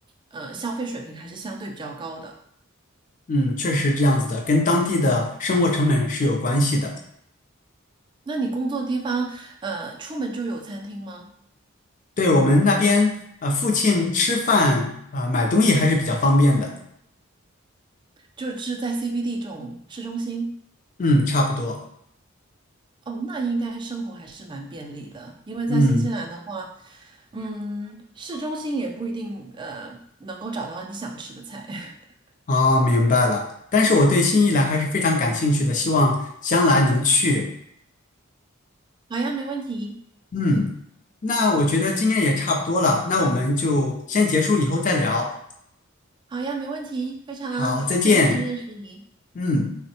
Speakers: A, on the right (about 20°); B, on the left (about 40°).
A: 呃消费水平还是相对比较高的。
B: 嗯，确实是这样子的，跟当地的生活成本是有关系的。
A: 那你工作地方呃出门就有餐厅吗？
B: 对，我们那边啊，呃附近吃饭啊，呃买东西还是比较方便的。
A: 就是在 CBD 这种市中心？
B: 嗯，差不多。
A: 哦，那应该生活还是蛮便利的，因为在新西兰的话，
B: 嗯，
A: 嗯，市中心也不一定呃能够找到你想吃的菜。<laughs>
B: 哦，明白了。但是我对新西兰还是非常感兴趣的，希望将来能去。
A: 好呀，没问题。
B: 嗯，那我觉得今天也差不多了，那我们就先结束，以后再聊。
A: 好呀，没问题。非常高兴认识你。
B: 好，再见。嗯。